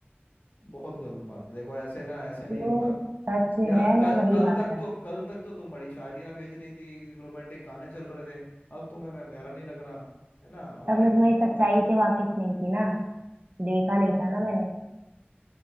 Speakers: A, on the left; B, on the right.
A: बहुत गलत बात है देखो ऐसे ना ऐसे नहीं
B: जो
A: होता
B: सच है
A: यार कल
B: मैं वही
A: कल
B: बात
A: तक
B: कर
A: तो कल तक तो तुम बड़ी शायरियां भेज रही थी रोमांटिक गाने चल रहे थे अब तुम्हें मैं प्यारा नहीं लग रहा है ना हमारे
B: तब मैं
A: बीच
B: तुम्हारी
A: खत्म
B: सच्चाई
A: हो गया तो कुछ
B: से वाकिफ नहीं थी ना देखा नहीं था ना मैंने